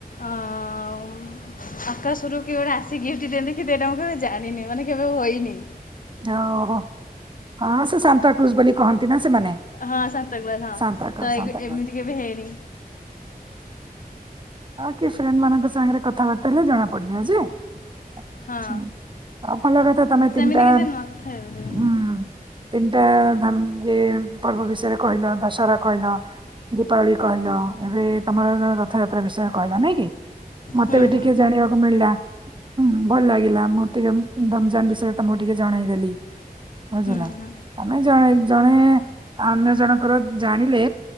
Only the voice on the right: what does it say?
ଓହୋ ହଁ ସେ ସାନ୍ତାକ୍ଲୁଜ୍ ବୋଲି କହନ୍ତି ନା? ସେମାନେ
ସାନ୍ତାକ୍ରୁଜ
ସାନ୍ତାକ୍ରୁଜ
ହଉ କି ଫ୍ରେଣ୍ଡ ମାନଙ୍କ ସାଙ୍ଗରେ କଥାବାର୍ ଲେ ଜଣା ପଡଛି ଆ କିଛି
ନା ଆଉ କଲ କଥା ତମେ
ତିନିଟା
ହୁଁ ତିନିଟା ଧର ଯେ ପର୍ବ ବିଷୟରେ କହିଲ, ଦଶହରା କହିଲ, ଦୀପାବଳି କହିଲ, ଏବେ ତମର ରଥଯାତ୍ରା ବିଷୟରେ କହିଲ ନାଇଁ କି? ମତେ
ବି ଟିକେ
ଜାଣିବାକୁ ମିଳିଲା। ହୁଁ ଭଲ ଲାଗିଲା ମଁ ଟିକେ ରମଜାନ ବିଷୟରେ ତମକୁ ଟିକେ ଜଣେଇ ଦେଲି। ବୁଝିଲ
ଆମେ ଜଣେ ଜଣେ ଅନ୍ୟ ଜଣଙ୍କର ଜାଣିଲେ